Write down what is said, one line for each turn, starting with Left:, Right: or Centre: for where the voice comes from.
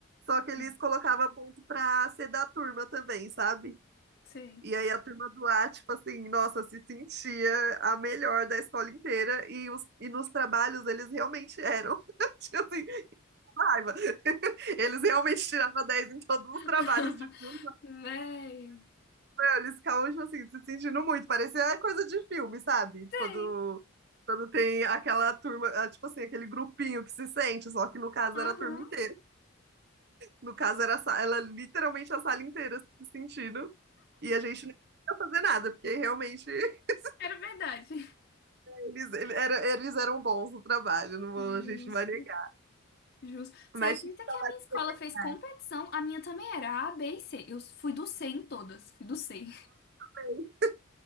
Right: só que eles
Left: Hum.
Right: colocavam ponto pra ser da turma também, sabe?
Left: Sei.
Right: E aí a turma do A, tipo assim, nossa, se sentia a melhor da escola inteira e, os, e nos trabalhos eles realmente eram. <laughs> Tinha assim, raiva. <laughs> Eles realmente tiravam 10 em todos
Left: <laughs>
Right: os trabalhos de filme.
Left: Véi.
Right: Meu, Eles ficavam, tipo assim, se sentindo muito. Parecia coisa de filme, sabe?
Left: Sei.
Right: Quando, quando tem aquela turma, ah, tipo assim, aquele grupinho que se sente, só que no caso
Left: Aham.
Right: era a turma inteira. No caso era a sa- ela literalmente a sala inteira se sentindo. E a gente nem ia fazer nada, porque realmente. <laughs>
Left: Era verdade.
Right: Eles, ele- era- eles eram bons no trabalho, não vou-
Left: Jus,
Right: a gente não vai negar.
Left: jus. Você
Right: Mas
Left: acredita
Right: tinha que
Left: que
Right: ter
Left: a minha escola
Right: verdade.
Left: fez competição? A minha também era A, B e C. Eu fui do C em todas. Fui do C.
Right: Mas,